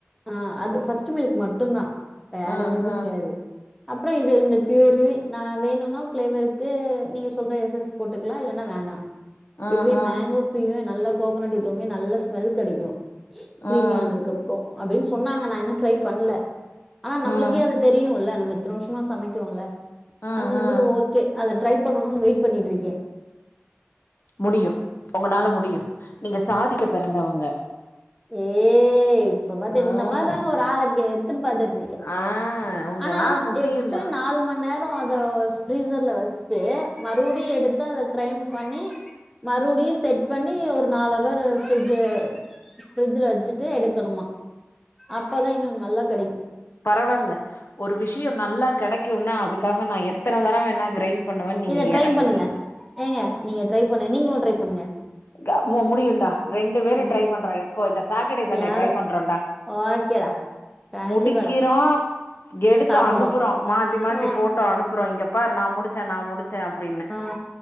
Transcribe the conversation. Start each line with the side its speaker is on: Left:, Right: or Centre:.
Centre: ஆ அது ஃபஸ்ட் மில்க் மட்டு தா வேற
Left: ம்
Centre: எதுவு
Left: ம்
Centre: கிடையாது அப்றோ இத இந்த ஃப்யூரி நா வேணும்னா ஃப்ளேவருக்கு நீங்க சொல்ற எசன்ஸ் போட்டுக்கலா இல்லன வேணா
Left: ம்
Centre: இதுவே
Left: ம்
Centre: மேங்கோ ஃப்யூரியே நல்லா கோக்கனட் உத்தவுமே நல்ல ஸ்மெல் கெடைக்கு
Left: ம்
Centre: கிரிமி ஆனதுக்கு அப்றோ அப்டின்னு சொன்னாங்க நா இன்னும் ட்ரை பண்ணல ஆனா நம்மளுக்கே
Left: ம்
Centre: அது தெரியும்ல நம்ம இத்தன வருஷமா சமைக்கிறோம்ல
Left: ம்
Centre: அந்த
Left: ம்
Centre: இது ஓகே அத ட்ரை பண்ணணுன்னு வெயிட் பண்ணட்டு இருக்கே
Left: முடியு உங்கனால முடியு நீங்க சாதிக்க பிறந்தவங்க
Centre: ஏ இப்ப பாத்த
Left: ம்
Centre: இந்த மாரிதாங்க ஒரு ஆள க எதிர் பாத்துட்டு இருக்கே
Left: ஆ உங்கனால
Centre: ஆனா
Left: முடியும்டா
Centre: நெக்ஸ்ட் நாலு மணி நேரோ ரோ அத ஃப்ரீசர்ல வஷ்டு மறுபடியு எடுத்து அத கிரைன் பண்ணி மறுபடியு செட் பண்ணி ஒரு நாலவர் ஃப்ரிட்ஜ் ஃப்ரிட்ஜில வெச்சிட்டு எடுக்கணுமா அப்தா இன்னு நல்லா க
Left: பரவால்ல ஒரு விஷியோ நல்லா கிடைக்குனா அதுக்காக நா எத் எத்தன தரோ வேண்ணா கிரைண்ட் பண்ணுவேன்னு நீங்க
Centre: இத ட்ரை
Left: எறங்குங்க
Centre: பண்ணுங்க ஏங்க நீங்க ட்ரை பண்ணுங்க நீங்களு ட்ரை பண்ணுங்க
Left: க மோ முடியும் டா ரெண்டு பேரு
Centre: ம்
Left: ட்ரை பண்றோ எப்போ இந்த சாட்டர்டே சண்டே
Centre: யாரோ
Left: ட்ரை பண்றோன்டா
Centre: ஓகேடா கண்டிப்பாடா
Left: முடிக்கிறோ. எடுத்து
Centre: சாப்புட்றோ
Left: அனுப்புறோ மாத்தி மாத்தி
Centre: ஆ
Left: ஃபோட்டோ அனுப்புறோ இங்கப்பாரு நா முடிச்சே நா முடிச்சே அப்டின்னு
Centre: ஆ